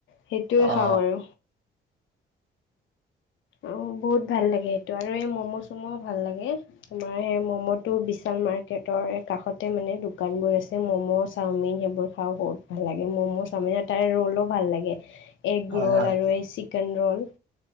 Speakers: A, on the left; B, on the right.
A: সেইটোৱে
B: অ',
A: খাওঁ আৰু অঁ বহুত ভাল লাগে সেইটো আৰু এই ম'ম' চম'ও ভাল লাগে তোমাৰ সেই মম'টো বিশাল মাৰ্কেট তৰ কাষতে মানে দোকান বোৰ আছে ম'ম' চাওমিন সেইবোৰ খাও বহুত ভাল লাগে ম'ম' চাওমিনত তাৰ ৰোলো ভাল লাগে এগ
B: হয়,
A: ৰোল
B: হয়,
A: আৰু এই চিকেন ৰোল